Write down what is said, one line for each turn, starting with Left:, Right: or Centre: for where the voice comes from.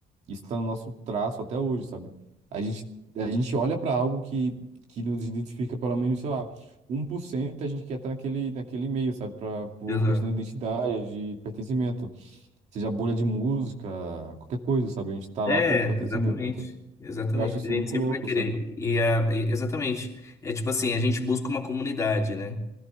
Right: isso tá no nosso traço até hoje, sabe? A gente, a gente olha para algo que, que nos identifica pelo menos, sei lá, um por cento a gente quer estar naquele, naquele meio, sabe? Pra, por
Left: Exato.
Right: questão de identidade, de pertencimento, seja bolha de música, qualquer coisa, sabe? A gente tá
Left: É,
Right: lá por pertencimento.
Left: exatamente. Exatamente.
Right: Eu acho isso
Left: A gente
Right: muito
Left: sempre
Right: louco,
Left: vai querer.
Right: sabe?
Left: E a, e- exatamente. É tipo assim, a gente busca uma comunidade, né?